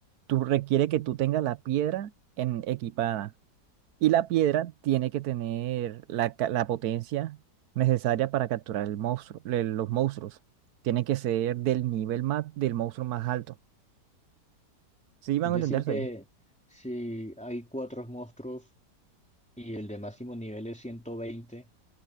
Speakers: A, on the right (about 70°); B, in the centre.
A: Tú requiere que tú tengas la piedra en, equipada y la piedra tiene que tener la, ca- la potencia necesaria para capturar el monstruo, le- los monstruos. Tiene que ser del nivel más, del monstruo más alto. ¿Sí van
B: Es decir
A: a entenderse
B: que
A: ahí?
B: si hay cuatro monstruos y el de máximo nivel es 120,